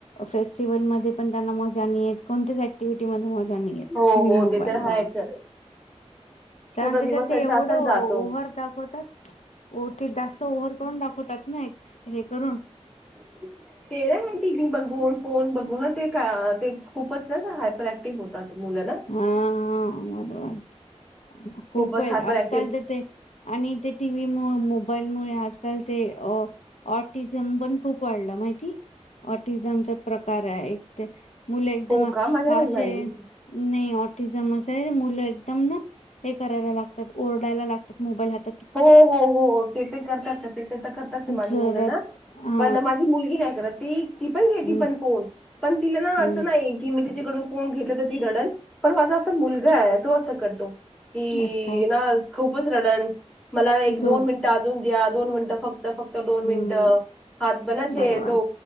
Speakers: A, on the left; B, in the centre.
A: फेस्टिवल मध्ये पण त्यांना मजा नि येत. कोणत्याच ऍक्टिव्हटी मध्ये मजा नाही येत
B: हो
A: टी व्ही मोबाईल
B: हो ते तर
A: मुळ,
B: हायच
A: कारण
B: पूर्ण
A: त्याच्यात
B: दिवस त्यांचा
A: ते एवढं
B: असाच
A: ओहर
B: जातो.
A: दाखवतात ओ ते जास्त ओव्हर करून दाखवतात ना एक्स हे करून
B: <unintelligible> ते नय म टी वी बघून, फोन बघ उलट ते का ते खूपच नाय का हायपर ऍक्टिव्ह होतात. मुलं ना
A: हा हा बरोबर. खूप
B: खूपच
A: आहेत.
B: हायपर
A: आजकाल
B: ऍक्टिव्ह
A: तर ते आणि ते टीव्ही मुळ, मोबाईल मुळे आजकाल ते ऑटिझम पण खूप वाढला माहितीय. ऑटिझमचा प्रकार हाय एक ते मुले एकदम
B: हो का मला
A: हाशे
B: नाही माहिती.
A: नाही ऑटिजमच हाय मुलं एकदम ना हे करायला लागतात ओरडायला लागतात मोबाईल हात
B: हो हो हो ते ते करताच ते ते तर करताच माझी
A: जोरात
B: मुलं ना
A: हा
B: पण माझी मुलगी नाय करत. ती ती पण घेती
A: हम्म
B: पण फोन पण तिला ना
A: हम्म
B: असं नाही की मी ती कडून फोन घेतल तर ती रडल पण माझा आसा मुलगा आहे तो अस कर तो की
A: अच्छा
B: ना खूपच रडन मला एक,
A: जोर
B: दोन मिनटं अजून द्या. दोन मिनटं फक् क्त दोन मिनिटं
A: हम्म
B: हात पण असे
A: बरोबर
B: तो